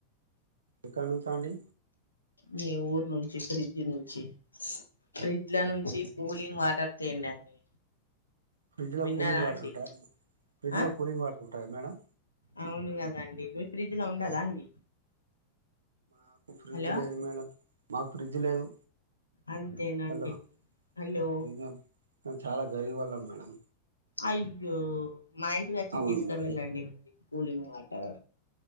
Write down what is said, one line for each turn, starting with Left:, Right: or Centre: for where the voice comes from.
Right: ఎక్కడ నుంచి అండి
Left: మీ ఊర్ నుంచి ఫ్రిడ్జ్ నుంచి ఫ్రిడ్జ్ల నుంచి కూలింగ్ వాటర్ తేండండి
Right: ఫ్రిడ్జ్లో
Left: విన్నారా
Right: కూలింగ్ వాటర్
Left: అండి
Right: ఉంటాయా ఫ్రిడ్జ్లో
Left: ఆ
Right: కూలింగ్ వాటర్ ఉంటాయా మేడం
Left: అవును కదండి మీ ఫ్రిడ్జ్ లో ఉండదా అండి
Right: నాకు ఫ్రిడ్జ్
Left: హలో
Right: లేదు మేడం మాకు ఫ్రిడ్జ్ లేదు
Left: అంతేనండి
Right: హలో
Left: హలో
Right: మా ఫ్రిజ్ <unintelligible> చాలా గరీబ్ వాళ్లం మేడం
Left: అయ్యో మా ఇంటికి వచ్చి
Right: అవును
Left: తీసుక
Right: మేడం
Left: వెళ్ళండి అండి కూలింగ్ వాటర్